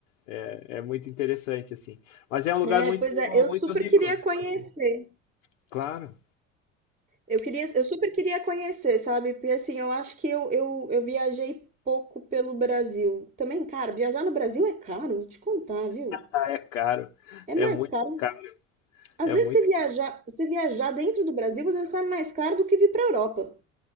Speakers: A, on the left; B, on the right.
A: é, é muito interessante, assim, mas é um lugar
B: É,
A: muito,
B: pois é, eu
A: muito
B: super
A: rico,
B: queria
A: tipo
B: conhecer.
A: assim, claro,
B: Eu queria, eu super queria conhecer, sabe? Porque assim, eu acho que eu, eu, eu viajei pouco pelo Brasil. Também, cara, viajar no Brasil é caro, vou te contar, viu?
A: ah, é caro,
B: É
A: é
B: mais
A: muito
B: caro.
A: caro,
B: Às
A: é
B: vezes,
A: muito
B: se viajar, se viajar dentro do Brasil, às vezes sai mais caro do que vir pra Europa.